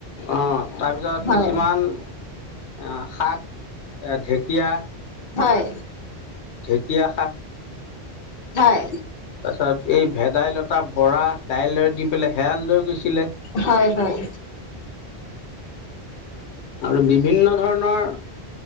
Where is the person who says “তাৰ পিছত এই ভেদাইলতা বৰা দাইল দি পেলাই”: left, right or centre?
Left